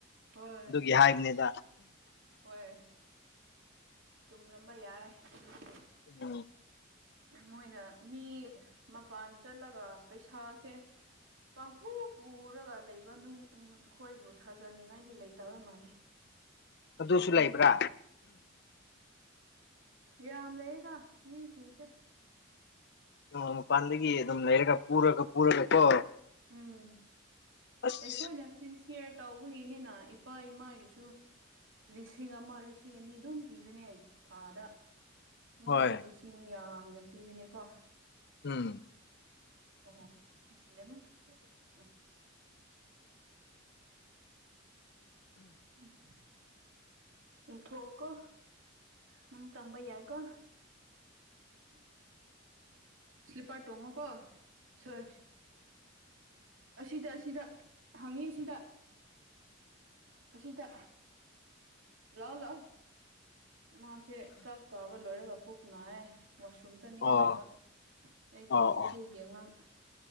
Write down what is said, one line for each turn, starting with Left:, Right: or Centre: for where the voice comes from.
Right: ꯍꯣꯏ
Left: ꯑꯗꯨꯒꯤ ꯍꯥꯏꯕꯅꯤꯗ
Right: ꯍꯣꯏ ꯆꯨꯝꯔꯝꯕ ꯌꯥꯏ ꯑꯗꯨꯁꯨ
Left: <unintelligible>
Right: ꯃꯣꯏꯅ ꯃꯤ ꯃꯄꯥꯟ ꯆꯠꯂꯒ ꯄꯩꯁꯥꯁꯦ ꯄꯥꯡꯄꯨ ꯄꯨꯔꯒ ꯂꯩꯕꯅꯨꯡ ꯅꯣꯏꯕꯨ ꯊꯥꯖꯅꯤꯡꯉꯥꯏꯗꯤ ꯂꯩꯇꯕ ꯃꯥꯜꯂꯤ <unintelligible>
Left: ꯑꯗꯨꯁꯨ
Right: ꯑꯩꯈꯣꯏꯒꯤ
Left: ꯂꯩꯕ꯭ꯔꯥ
Right: ꯌꯥꯝ ꯂꯩꯅ ꯃꯤ ꯁꯤꯡ ꯁꯤ
Left: ꯎ ꯃꯄꯥꯟꯗꯒꯤ ꯑꯗꯨꯝ ꯂꯩꯔꯒ ꯄꯨꯔꯒ ꯄꯨꯔꯒ ꯀꯣ
Right: ꯎꯝ
Left: ꯑꯁ
Right: ꯑꯩꯈꯣꯏꯅ ꯁꯤꯟꯁꯤꯌꯥꯔ ꯇꯧꯕꯒꯤꯅꯤꯅ ꯏꯄꯥ ꯏꯃꯥꯒꯤꯁꯨ ꯂꯤꯁꯤꯡ ꯑꯃ ꯂꯤꯁꯤꯡ ꯑꯅꯤ ꯑꯗꯨꯝ ꯄꯤꯕꯅꯦ ꯊꯥꯗ ꯃꯣꯏꯗꯤ
Left: ꯍꯣꯏ
Right: ꯂꯤꯁꯤꯡ ꯌꯥꯝ ꯌꯥꯝ ꯄꯤꯕꯅꯦꯀꯣ
Left: ꯎꯝ
Right: ꯑꯣꯁꯤ ꯂꯩꯕꯣ ꯎ ꯎꯝ ꯏꯊꯣꯛꯑꯣꯀꯣ ꯅꯪ ꯆꯪꯕ ꯌꯥꯏꯀꯣ ꯎ ꯁ꯭ꯂꯤꯄꯔ ꯇꯣꯡꯉꯣꯀꯣ ꯁꯣꯏ ꯑꯁꯤꯗ ꯑꯁꯤꯗ ꯍꯪꯉꯤ ꯁꯤꯗ ꯑꯁꯤꯗ ꯂꯥꯛꯑꯣ ꯂꯥꯛꯑꯣ ꯃꯥꯁꯦ ꯆꯥꯛ ꯆꯥꯕ ꯂꯣꯏꯔꯒ ꯄꯨꯛꯅꯥꯏ ꯋꯥꯁꯔꯨꯝ ꯆꯠꯅꯤꯡꯉꯦ
Left: ꯑꯣ
Right: ꯍꯥꯏꯕ ꯑꯩꯒꯤ
Left: ꯑꯣ
Right: ꯏꯆꯦꯒꯤ
Left: ꯑꯣ
Right: ꯑꯉꯥꯡ